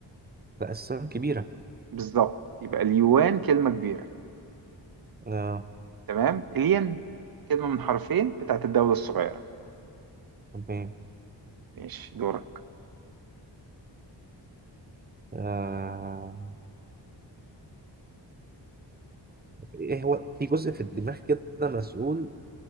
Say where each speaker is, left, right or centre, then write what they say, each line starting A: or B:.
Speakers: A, on the right (about 20°); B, on the right (about 50°).
A: لا الصين كبيرة
B: بالظبط يبقى اليوان كلمة كبيرة
A: آه
B: تمام الين كلمة من حرفين بتاعت الدولة الصغيرة
A: تمام
B: ماشي دورك
A: آه إيه هو في جزء في الدماغ كده مسؤول